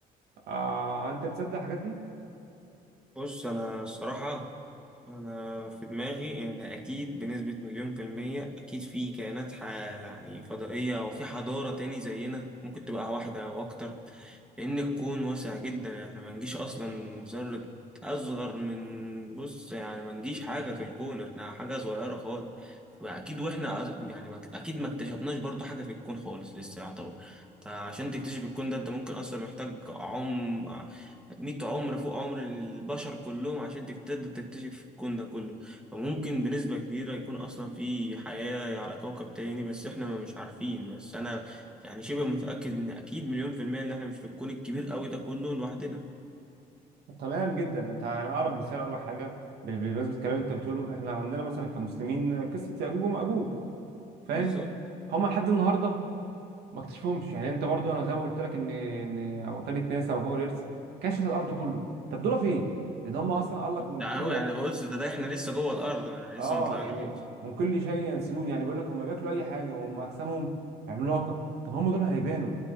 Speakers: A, on the right; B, in the centre.
A: آه انت بتصدق الحاجات دي
B: بص أنا الصراحة أنا في دماغي إن أكيد بنسبة مليون في المية أكيد في كائنات ح... يعني فضائية أو في حضارة تاني زينا ممكن تبقى واحدة أو أكتر لأن الكون واسع جدا إحنا ما نجيش أصلا ذرة أصغر من بص يعني ما نجيش حاجة في الكون إحنا حاجة صغيرة خالص فأكيد وإحنا أص- يعني ما- أكيد ما اكتشفناش برضو حاجة في الكون خالص لسه يعتبر أنت عشان تكتشف الكون ده أنت ممكن أصلا محتاج عمر مية عمر فوق عمر البشر كلهم عشان تقدر تكتشف الكون ده كله فممكن بنسبة كبيرة يكون أصلا في حياة على كوكب تاني بس إحنا ما مش عارفين بس أنا يعني شبه متأكد إن أكيد مليون في المية إن إحنا مش في الكون الكبير أوي ده كله لوحدنا
A: تمام جدا انت يعني اقرب مثال اقول لك حاجه ب- بمناسبه الكلام انت بتقوله احنا عندنا مثلا كمسلمين قصه ياجوج وماجوج فاهم
B: بالظبط
A: هما لحد النهارده ما اكتشفهمش يعني انت برضو انا زي ما قلت لك ان ان وكاله ناسا او جوجل ايرث كشفت الارض كله طب دول فين؟ لان هم اصلا قال لك من
B: ده
A: كل
B: هو يعني بص ده, ده إحنا لسه جوه الأرض يعني
A: اه
B: لسه ما طلعناش
A: يعني من كل شيء ينسلون يعني بيقول لك هم بياكلوا اي حاجه وهم اجسامهم عملاقه طب هم دول هيبانوا